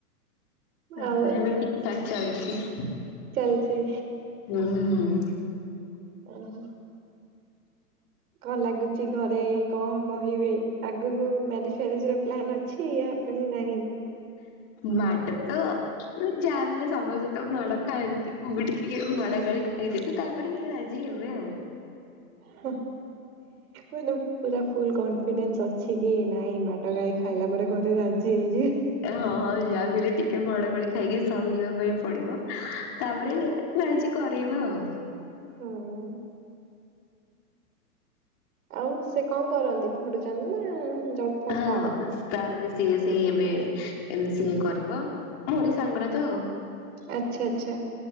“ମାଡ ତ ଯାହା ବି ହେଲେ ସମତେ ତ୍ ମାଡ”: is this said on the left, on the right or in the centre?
Left